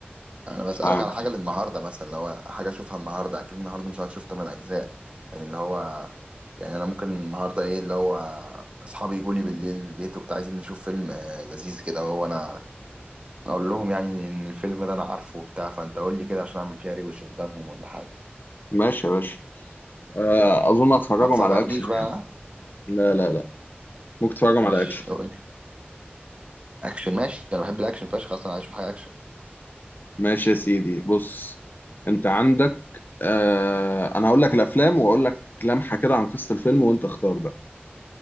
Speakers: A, on the right; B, on the left.
A: انا بسألك
B: مش عارف
A: على حاجة للنهاردة مثلا لو حاجة اشوفها النهاردة اكيد النهاردة مش هتشوف 8 اجزاء يعني اللي هو يعني انا ممكن النهاردة ايه اللي هو اصحابي يجوا لي بالليل البيت وبتاع عايزين نشوف فيلم آه، لذيذ كده وهو انا اقول لهم يعني ان الفيلم ده انا عارفه وبتاع فانت قول لي كده عشان اعمل فيها ريوش قدامهم ولا حاجة
B: ماشي يا باشا آه، اظن هتفرجهم
A: ما تصغرنيش
B: على اكشن
A: بقى
B: يعني
A: ها؟
B: لا لا لا ممكن تفرجهم
A: ماشي
B: على اكشن
A: قول. اكشن ماشي انا بحب الاكشن فشخ اصلا عايز اشوف حاجة اكشن
B: ماشي يا سيدي بص انت عندك آه انا هقول لك الافلام واقول لك لمحة كده عن قصة الفيلم وانت اختار بقى